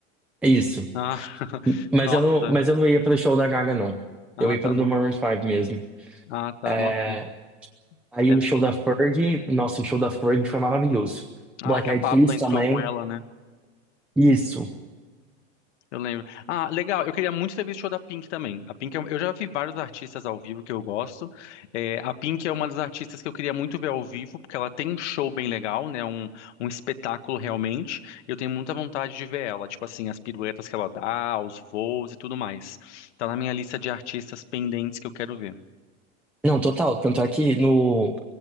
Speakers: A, in the centre; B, on the left.
A: É isso.
B: Ah, <laughs>
A: Mas eu não,
B: nossa.
A: mas eu não ia para o show da Gaga, não.
B: Ah,
A: Eu ia
B: tá,
A: para
B: no...
A: o do Maroon 5 mesmo.
B: ah, tá,
A: É,
B: nossa.
A: aí
B: é
A: o show da Ferg, nossa, o show da Ferg foi maravilhoso.
B: Ah,
A: Black
B: que
A: Eyed
B: a Pabllo
A: Peas
B: entrou
A: também.
B: com ela, né?
A: Isso.
B: Eu lembro. Ah, legal. Eu queria muito ter visto o show da Pink também. A Pink, eu, eu já vi vários artistas ao vivo que eu gosto. É, a Pink é uma das artistas que eu queria muito ver ao vivo, porque ela tem um show bem legal, né? Um, um espetáculo realmente. E eu tenho muita vontade de ver ela. Tipo assim, as piruetas que ela dá, os voos e tudo mais. Tá na minha lista de artistas pendentes que eu quero ver.
A: Não, total. Tanto é que no,